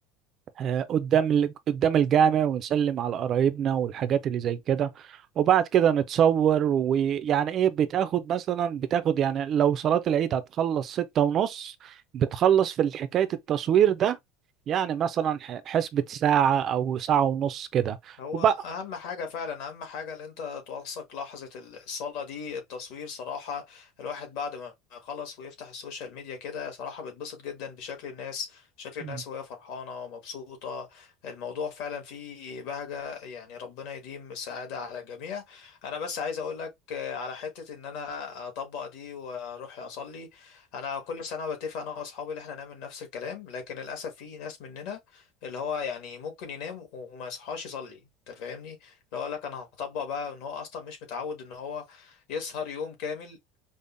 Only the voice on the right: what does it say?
آه، قدام ال- قدام الجامع ونسلم على قرايبنا والحاجات اللي زي كده وبعد كده نتصور ويعني ايه بتاخد مثلا بتاخد يعني لو صلاة العيد هتخلص ستة ونص بتخلص في حكاية التصوير ده يعني مثلا ح- حسبة ساعة أو ساعة ونص كده
وبقى
مم.